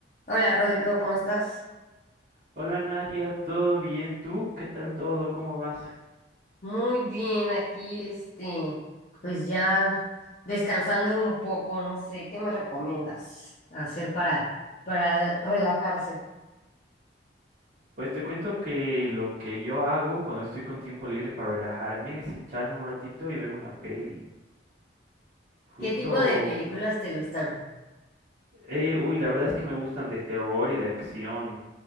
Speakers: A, on the left; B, on the right.
A: Hola Rodrigo, ¿cómo estás?
B: Hola Nadia, ¿todo bien? ¿Tú? ¿Qué tal todo? ¿Cómo vas?
A: Muy bien, aquí este, pues ya descansando un poco, no sé, ¿qué me recomiendas hacer para, para relajarse?
B: Pues te cuento que lo que yo hago cuando estoy con tiempo libre para relajarme es echarme un ratito y ver una peli. Justo...
A: ¿Qué tipo de películas te gustan?
B: eh, uy, la verdad es que me gustan de terror y de acción,